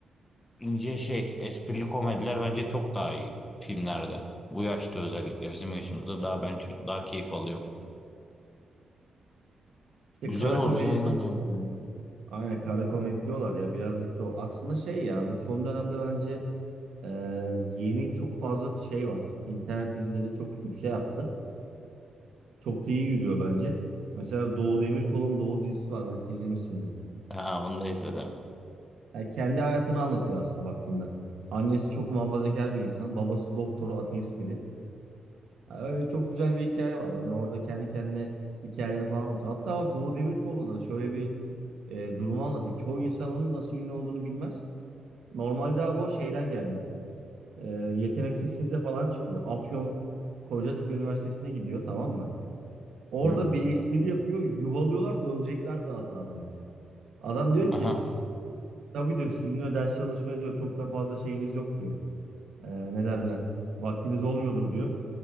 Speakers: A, on the left; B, on the right.
A: ince şey esprili komediler bence çok daha iyi filmlerde. Bu yaşta özellikle bizim yaşımızda daha ben ç- daha keyif alıyorum.
B: İşte
A: Güzel
B: kara
A: olacağına
B: komedi
A: inanıyorum.
B: diyorlar ya. ona. Aynen kara komedi diyorlar ya birazcık da o. Aslında şey ya bu son dönemde bence e, yeni çok fazla şey var. İnternet dizileri çok sükse yaptı. Çok da iyi yürüyor bence. Mesela Doğu Demirkol'un Doğu dizisi var belki izlemişsindir.
A: Ha onu da izledim.
B: Yani kendi hayatını anlatıyor aslında baktığında. Annesi çok muhafazakar bir insan. Babası doktor, ateist biri. Ha, Öyle çok güzel bir hikaye var. Hani orada kendi kendine hikayelerini falan anlatıyor. Hatta bak Doğu Demirkol'da da şöyle bir e, durumu anlatayım. Çoğu insan onun nasıl ünlü olduğunu bilmez. Normalde abi o şeyden gelme. E, yeteneksizsinize falan çıkıyor. Afyon Kocatepe Üniversitesi'ne gidiyor tamam mı? Orada
A: Hı?
B: bir espri yapıyor. Yuhalıyorlar dövecekler de az daha adamı. Adam diyor
A: Aha.
B: ki tabii diyor sizinle ders çalışmaya diyor çok da fazla şeyiniz yok diyor. E, ne derler? Vaktiniz olmuyordur diyor.